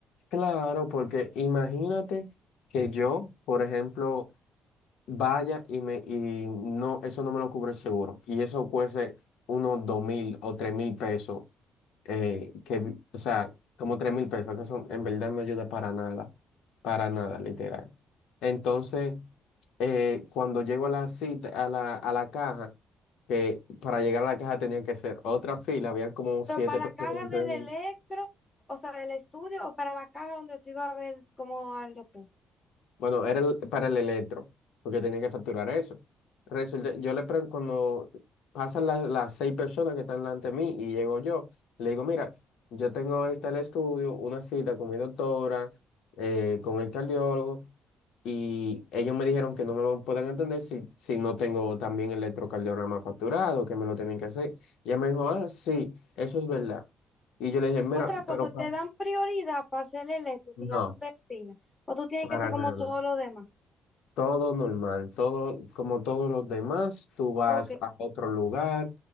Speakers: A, on the left; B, on the left.
A: Claro, porque imagínate que yo, por ejemplo, vaya y me y no, eso no me lo cubre el seguro. Y eso cueste unos dos mil o tres mil pesos, eh, que, o sea, como tres mil pesos, que eso en verdad no ayuda para nada, para nada, literal. Entonces, eh, cuando llego a la cita, a la, a la caja, que para llegar a la caja tenía que hacer otra fila, habían como
B: Pero
A: siete
B: para
A: personas
B: la caja del
A: delante de
B: electro,
A: mí.
B: o sea, del estudio, o para la caja donde tú ibas a ver como al doctor.
A: Bueno, era el- para el electro, porque tenía que facturar eso. Resulta, yo le pregunto, cuando pasan la- las seis personas que están delante de mí y llego yo, le digo, mira, yo tengo este el estudio, una cita con mi doctora, eh, con el cardiólogo, y ellos me dijeron que no me lo pueden entender si, si no tengo también el electrocardiograma facturado, que me lo tienen que hacer. Y ella me dijo, ah, sí, eso es verdad. Y yo le dije, mira,
B: Otra cosa,
A: pero pa-
B: te dan prioridad para hacer el electro si
A: no,
B: ya tú te pilas. O tú tienes
A: para
B: que ser como
A: nada.
B: todos los demás.
A: Todo normal, todo como todos los demás, tú vas
B: Ok.
A: a otro lugar,